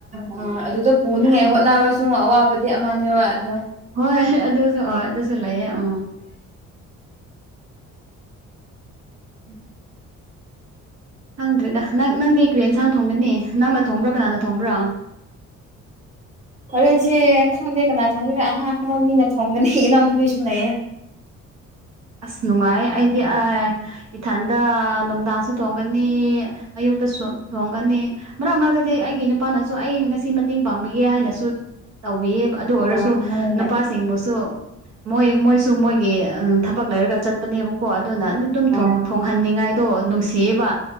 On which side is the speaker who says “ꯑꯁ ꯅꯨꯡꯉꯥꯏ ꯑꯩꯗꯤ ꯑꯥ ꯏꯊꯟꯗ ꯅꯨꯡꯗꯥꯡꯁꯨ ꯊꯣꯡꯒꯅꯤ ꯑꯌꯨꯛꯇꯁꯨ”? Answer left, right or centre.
Right